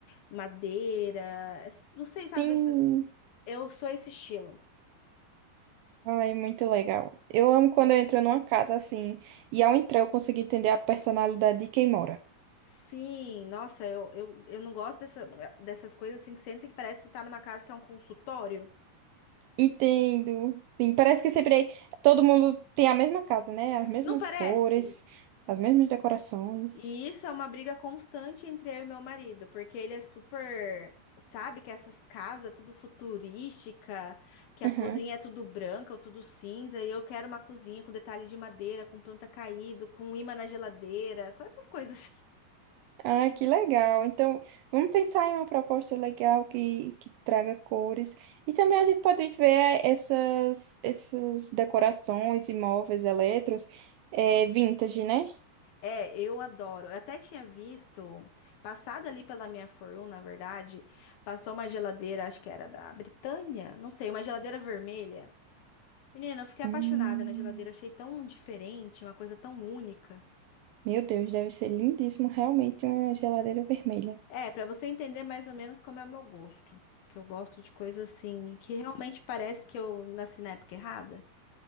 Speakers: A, on the left (about 65°); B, on the right (about 85°).
A: madeira. s- Não sei, sabe?
B: Sim.
A: esse- Eu sou esse estilo.
B: Ai, muito legal. Eu amo quando eu entro numa casa assim e ao entrar eu consigo entender a personalidade de quem mora.
A: Sim, nossa, eu, eu, eu não gosto dessa, dessas coisas assim que sentem que parece estar numa casa que é um consultório.
B: Entendo, sim. Parece que sempre todo mundo tem a mesma casa, né? As mesmas
A: Não parece?
B: cores, as mesmas decorações.
A: E isso é uma briga constante entre eu e meu marido, porque ele é super, sabe, que essas casas tudo futurística, que a
B: Aham.
A: cozinha é tudo branca ou tudo cinza, e eu quero uma cozinha com detalhe de madeira, com planta caído, com imã na geladeira, com essas coisas assim.
B: Ah, que legal. Então, vamos pensar em uma proposta legal que, que traga cores. E também a gente pode ver essas, essas decorações, imóveis, eletros, é, vintage, né?
A: É, eu adoro. Eu até tinha visto, passado ali pela minha For You, na verdade, passou uma geladeira, acho que era da Britânia, não sei, uma geladeira vermelha. Menina, eu fiquei
B: Hum,
A: apaixonada na geladeira, achei tão diferente, uma coisa tão única.
B: meu Deus, deve ser lindíssimo realmente uma geladeira vermelha.
A: É, pra você entender mais ou menos como é o meu gosto, que eu gosto de coisa assim, que realmente parece que eu nasci na época errada.